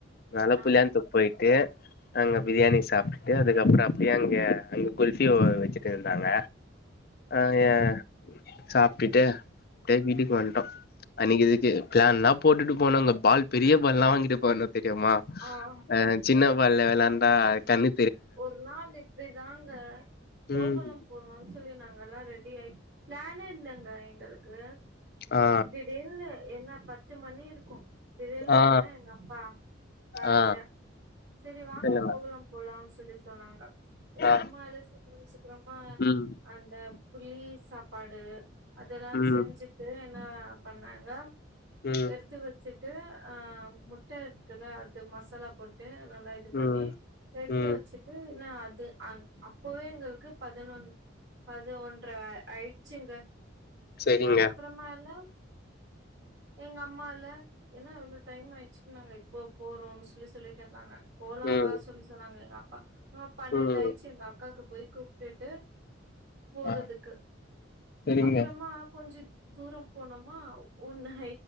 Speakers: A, on the left; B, on the right.
A: நானு
B: ஆமா
A: புல்யான்த் போயிட்டு அங்க பிரியாணி சாப்ட்டுட்டு அதுக்கப்புற அப்டியே அங்க அவிங்க குல்ஃபி வ வச்சு ட்ருந்தாங்க ஆ ஏ
B: ம்
A: சாப்ட்டுட்டு அப்டியே வீட்டுக்கு வந்ட்டோ அன்னைக்கு இதுக்கு பிளான் நா போட்டுட்டு போனா அங்க பால் பெரிய பால் எல்லா வாங்கிட்டு போனு தெரியுமா
B: ஆ
A: அ சின்ன பால்ல வெளயாண்டா கனி
B: ஒரு நாள் இப்டி தாங்க கோவலம்
A: ம்
B: ஒருவம் சொல்லி நாங்கல்லா ரெடி ஆயி பிளானே இல்லங்க எங்களுக்கு
A: ஆ
B: திடீர்னு என்ன பத்து மணி இருக்கு தெரியில
A: ஆ
B: இல்ல எங்க அப்பா காலைல
A: ஆ
B: செரி வாங்க
A: சொல்லுங்க
B: கோவல போலா சொ சொல்லி சொன்னாங்க எங்க
A: ஆ
B: அம்மா இல்ல சீக்கிர சீக்கிரமா
A: ம்
B: அந்த புள்ளி சாப்பாடு அதெல்லா
A: ம்
B: செஞ்சிட்டு என்ன பண்ணாங்க
A: ம்
B: எடுத்து விட் சிட்டு ஆ முட்ட இருக் இல்ல அது மசாலா போட்டு நல்லா இது
A: ம்
B: பண்ணி எடுத்து
A: ம்
B: வச்சிட்டு நா அது அ அப்பவே எங்களுக்கு பதினொன் பது ஒன்ற ஆ ஆய்டுச்சுங்க
A: செரிங்க
B: செரியா அப்புறமா எல்லா எங்க அம்மால்ல என்னா அவ்ளோ டைம் ஆயிச்சின்னாங்க இப்போ போறோ சொல்லி சொல்லிட்ருந்தாங்க போலாவா
A: ம்
B: சொல்லி சொன்னாங்க எங்க அப்பா ஆ பணண்டாய்ச்
A: ம்
B: எங்க அக்காக்கு போய் கூப்பிட்டுட்டு போறதுக்கு
A: ஆ செரிங்க
B: அப்புறமா கொஞ்சம் தூரம் போனோமா ஒன்னு